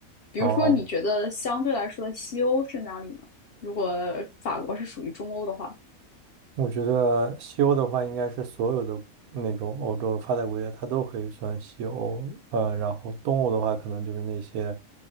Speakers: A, on the left (about 60°); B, on the right (about 90°).
A: 比如说，
B: 好。
A: 你觉得相对来说的西欧是哪里呢？如果法国是属于中欧的话，
B: 我觉得西欧的话，应该是所有的那种欧洲发达国家，它都可以算西欧。呃，然后东欧的话，可能就是那些，